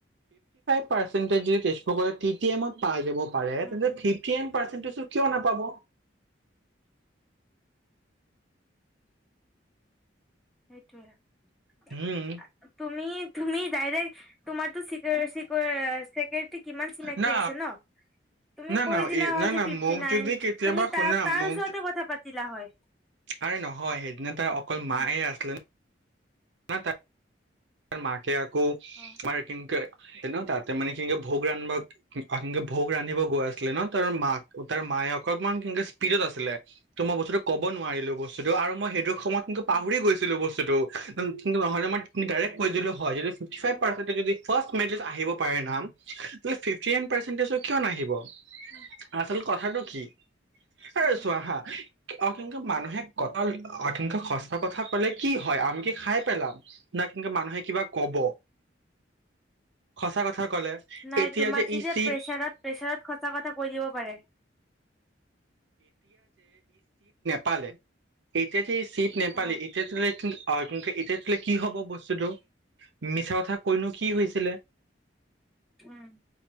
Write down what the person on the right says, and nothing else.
পাৰেটজ স টি টি এমত পাই যাব পাৰে
তেন্তে পিফটি ৰেংক পাৰচেন্ট তেন্তেচো কিয় নাপাব
উম
না
না
না
না
না
মোক
যদি কেতিয়াবা
শুনা
মোক
আৰে নহয় সেইদিনা তাৰ অকল
মায়ে আছিলে ন অ ত <unintelligible> সেইয়া আকৌ,
আৰে কিনকে ন তাতে মানে কিনেকে ভোগ ৰান্ধিব ভোগ ৰান্ধিব গৌ আছিলে ন তাৰ মাক তাৰ মায়ে অকমান কেনকে স্পীডত আছিলে তৌ মই বস্তুটো কব নোৱাৰিলো বস্তুতটো আৰু মই সেইটো তোমাক কিন্তু পাহৰি
গৈছিলো বস্তু টো কিন্তু নহলে মই <unintelligible> ডাইৰেক্ট কৈ দিলো হয় এ <unintelligible>
ফাৰ্ষ্ট মেৰিট লিষ্ট আহিব পাৰে নাম, কিন্তু ফিফটি ৰেংক পাৰচেন্টেচত কিয় নাহিব
আচল কথাটো কি? সেই
চোৱা হা অসংখ্য মানুহে কথা অসংখ্য সঁচা কথা ক'লে কি হয় আমি কি খাই পেলাম ন এনকে মানুহে কিবা কব সঁচা কথা ক'লে
এতিয়া
ই
চিট
পালে এতিয়া যি চিট নেপালি
এতিয় তোলে কি অ কি এতিয়া তোলে কি হ'ব বস্তুটো মিছা কথা কৈনো কি হৈছিলে